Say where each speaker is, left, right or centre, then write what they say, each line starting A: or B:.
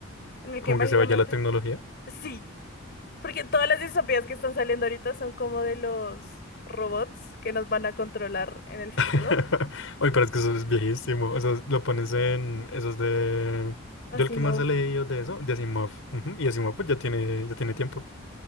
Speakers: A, on the left; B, on the left.
A: en el
B: Como
A: que mágicamente...
B: que se vaya la tecnología.
A: Sí, porque todas las distopías que están saliendo ahorita son como de los robots que nos van a controlar en el futuro.
B: <laughs> Uy, pero es que eso es viejísimo. O sea, lo pones en esos de...
A: Asimov.
B: Yo el que más he leído de eso, de Asimov. Ujú, Y Asimov pues ya tiene, ya tiene tiempo.